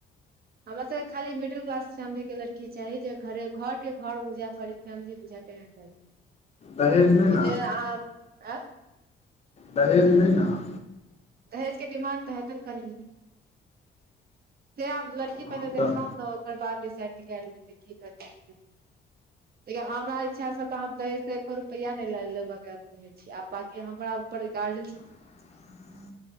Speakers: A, on the right; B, on the left.
A: हमरा सबके खाली मिडिल क्लास फेमिली के लड़की चाही जे घर के घर बुझे फैमिली बुझे ओजे
B: दहेज नहि ने
A: अहाँ
B: दहेज नहि न?
A: दहेजके डिमांड तऽ हेत न कनी मनी। से आब लड़की
B: हम
A: पहिने
B: तऽ
A: देखाउ न ओकर बाद डिसाइड कैल हेते की करते देखियो हमरा इच्छा स तऽ हम दहेज त एको रुपैआ नय लाय लेबके आ बाकि हमरा ऊपर गार्जन
B: <inaudible>